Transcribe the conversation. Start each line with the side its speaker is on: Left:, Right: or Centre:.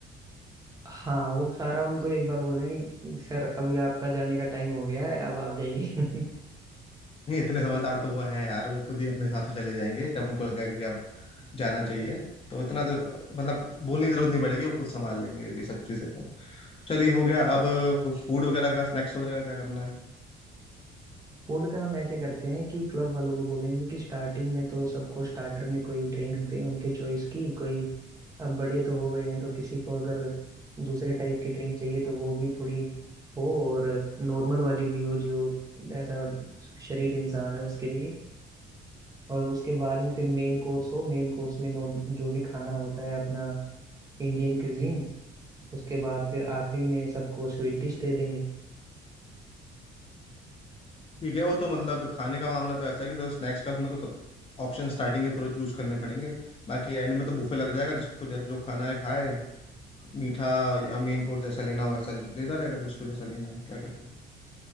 Right: हाँ वो सारा उनको एक बार बोलेंगे सर अभी आपका जाने का टाइम हो गया है अब आप जाइए
Left: नहीं इतने समझदार तो वो हैं यार वो खुद ही अपने हिसाब से चले जाएंगे जब उनको लगेगा कि अब जाना चाहिए तो इतना तो मतलब बोलने की जरूरत नहीं पड़ेगी वो खुद संभाल लेंगे ये सब चीजें तो चलिए हो गया अब फूड वगैरह का स्नैक्स वगैरह का क्या करना है
Right: फूड का हम ऐसे करते हैं कि क्लब वालों को बोलेंगे कि स्टार्टिंग में तो सबको स्टार्टर में कोई ड्रिंक दें उनके चॉइस की कोई अब बड़े तो हो गए हैं तो किसी को अगर दूसरे टाइप की ड्रिंक चाहिए तो वो भी थोड़ी हो और नॉर्मल वाली भी हो जो ऐसा शरीफ इंसान है उसके लिए और उसके बाद में फिर मेन कोर्स हो मेन कोर्स में नॉर्म जो भी खाना होता है अपना इंडियन क्यूजीन उसके बाद फिर आखिरी में सबको स्वीट डिश दे देंगे
Left: ठीक है वो तो मतलब खाने का मामला तो ऐसा है कि तो स्नैक्स का उसमें कुछ ऑप्शन स्टार्टिंग के थोड़े चूज करने पड़ेंगे बाकी एंड में तो बुफे लग जाएगा जिसको जै- जो खाना है खाए मीठा या मेन कोर्स जैसा लेना हो वैसा लेता रहेगा जिसको जैसा लेना है क्या कहते हो